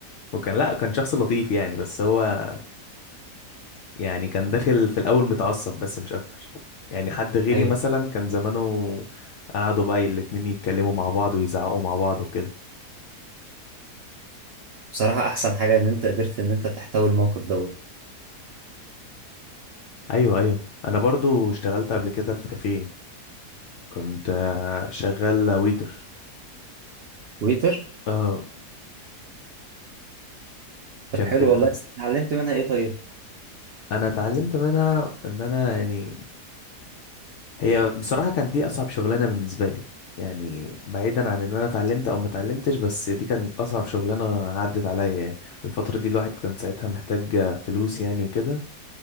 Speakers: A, on the left (about 70°); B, on the right (about 85°).
A: وكان لأ كان شخص لطيف يعني بس هو يعني كان داخل في الأول متعصب بس مش أكتر يعني حد غيري
B: ايوه
A: مثلا كان زمانه قعدوا بقى الاتنين يتكلموا مع بعض ويزعقوا مع بعض وكده
B: بصراحة أحسن حاجة إن أنت قدرت إن أنت تحتوي الموقف دوت
A: أيوه أيوه أنا برضو اشتغلت قبل كده في كافيه كنت آه، شغال ويتر
B: ويتر
A: اه
B: طب
A: كان
B: حلو
A: كده
B: والله اتعلمت منها إيه طيب؟
A: انا اتعلمت منها ان انا يعني هي بصراحة كانت دي اصعب شغلانة بالنسبة لي يعني بعيدا عن ان انا اتعلمت او ما اتعلمتش بس دي كانت اصعب شغلانة عدت عليا يعني الفترة دي الواحد كان ساعتها محتاج فلوس يعني وكده